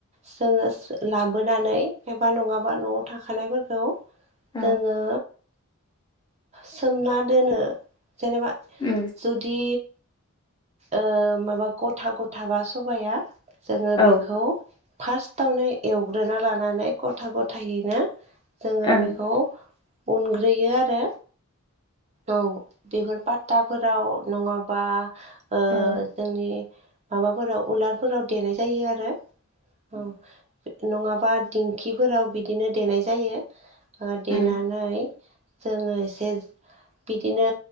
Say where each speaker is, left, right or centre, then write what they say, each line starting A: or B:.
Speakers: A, on the right; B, on the left.
A: जोङो लाबोनानै एबा नङाबा न'आव थाखानायफोरखौ
B: औ
A: जोङो सोमना दोनो जेनेबा
B: उम
A: जुदि ओ माबा गथा गथाबा सबाइआ जोङो
B: औ
A: बेखौ फार्स्ट थावनो एवग्रोना लानानै गथा गथायैनो जोङो
B: ओं
A: बेखौ उनग्रोयो आरो। औ बेफोर पात्ताफोराव नङाबा ओ
B: औ
A: जोंनि माबाफोराव उलारफोराव देनाय जायो आरो। औ नङाबा दिंखिफोराव बिदिनो देनाय जायो। ओ देनानै
B: उम
A: जोङो एसे बिदिनो